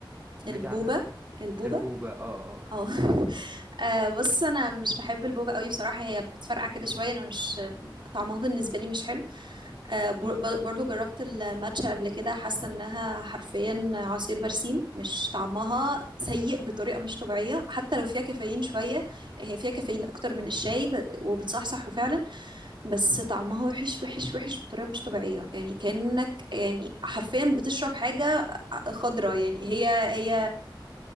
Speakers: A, on the right; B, on the right.
A: سمعتي
B: البوبه
A: عنها
B: البوبه
A: البوبا اه
B: اه <laughs> آه، بص انا مش بحب البوبا قوي بصراحه هي بتفرقع كده شويه انا مش طعمها بالنسبه لي مش حلو آه، بر-
A: اه
B: ب-
A: <laughs>
B: برضو جربت الماتشا قبل كده حاسه انها حرفيا عصير برسيم مش طعمها سيء بطريقه مش طبيعيه حتى لو فيها كافيين شويه هي فيها كافيين اكتر من الشاي ب- وبتصحصح فعلا بس طعمها وحش وحش وحش بطريقه مش طبيعيه يعني كانك يعني حرفيا بتشرب حاجه خضراء يعني هي هي